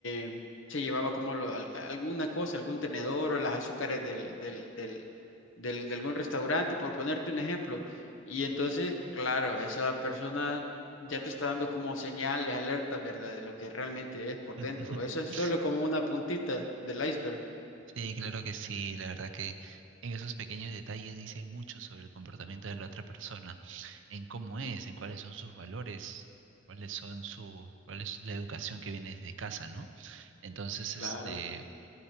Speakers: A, on the left; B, on the right.
A: eh, se llevaba como lo- al- alguna cosa, algún tenedor o las azúcares del, del, del, del- de algún restaurante, por ponerte un ejemplo. Y entonces, claro, esa persona ya te está dando como señales, alertas, ¿verdad? De lo que realmente es por
B: <laughs>
A: dentro. Eso es solo como una puntita del iceberg.
B: Sí, claro que sí. La verdad que en esos pequeños detalles dicen mucho sobre el comportamiento de la otra persona, en cómo es,
A: Ujú,
B: en cuáles son sus valores, cuáles son su, cuál es la educación que viene desde casa, ¿no? Entonces,
A: Claro.
B: este,